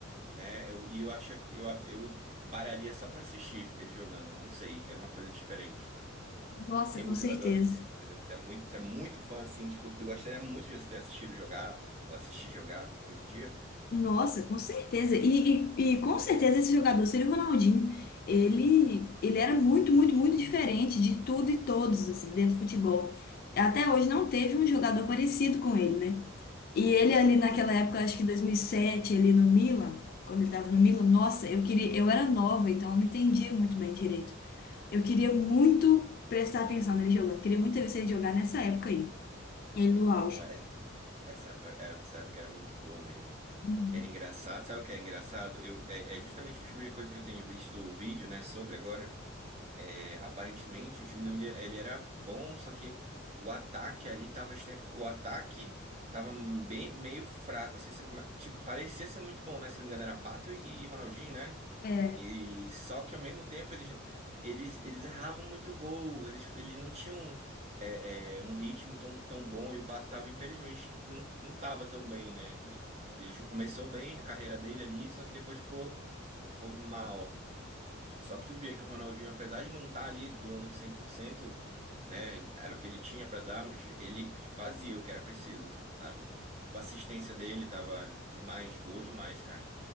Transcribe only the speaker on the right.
né? Eu, e eu acho eu, eu pararia só pra assistir ele jogando. eu Não sei, era uma coisa diferente, sabe?
Tem algum
jogador além dele? entendeu? Você é muito, você é muito fã, assim, tipo, eu gostaria muito de ter assistido jogar ou assistir jogar hoje em dia.
Hum,
Pô, é- essa, é- essa época era muito boa mesmo.
Era engraçado. Sabe o que é engraçado? Eu, é, é justamente o tipo de coisa que eu tenho visto o vídeo, né, sobre agora. É, aparentemente o time do Miller ele era bom, só que o ataque ali tava extre- o ataque tava bem meio fraco, assim, se- ma- tipo, parecia ser muito bom, né? Se não me engano era Pato e e Ronaldinho, né?
E só que ao mesmo tempo eles eles, eles erravam muito gol, eles, eles não tinham é, é, um ritmo tão, tão bom e o Pato tava infelizmente não, não tava tão bem, né? né? Ele ju- começou bem a carreira dele ali, só que depois ficou, ficou mal. Só que tu via que o Ronaldinho, apesar de não estar ali doando cem por cento né, era o que ele tinha pra dar, mas ele fazia o que era preciso, sabe? Tipo, a assistência dele tava demais, boa demais, cara.